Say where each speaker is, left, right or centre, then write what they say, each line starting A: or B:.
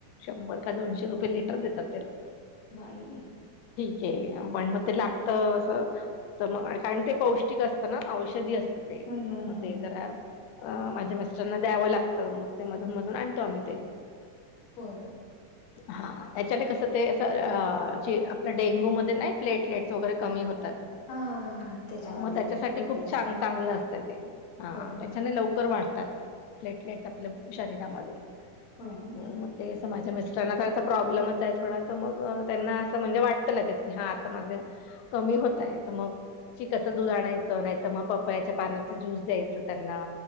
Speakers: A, on the left (about 80°); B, on the left (about 60°).
A: शंभर का दोनशे रुपये लिटर देतात ते लोकं
B: बाई
A: ते पण मग ते लागतं अस तर मग कारण ते पौष्टिक असतं ना औषधी असतं ते
B: हम्म हम्म
A: मग
B: हम्म
A: ते जरा अ- माझ्या मिस्टरांना द्यावं लागतं मग ते मधून -मधून आणतो आम्ही ते
B: होय
A: हा
B: का
A: त्याच्याने कसं ते असं अ-आपलं डेंगूमध्ये नाही प्लेटलेट्स वगैरे कमी होत
B: हा हा हा हा त्याच्यामध्ये
A: <unintelligible> मग त्याच्यासाठी
B: प्रोटीन
A: खूप
B: असते
A: चां- चांगलं असतं ते हा
B: होय होय
A: त्याच्याने लवकर वाढत असतात ते प्लेटलेट्स आपल्या शरीरामध्ये
B: होय ना
A: अ- म ते माझ्या मिस्टर <unintelligible> चा प्रॉब्लेमच आहे थोडा तर मग त्यांना असं म्हणजे वाट लगेच की हा आता माझं कमी होत आहे तर मग चिकाच दूध आणायचं नाहीत मग पपयाच्या पानाचा ज्यूस द्यायचं त्यांना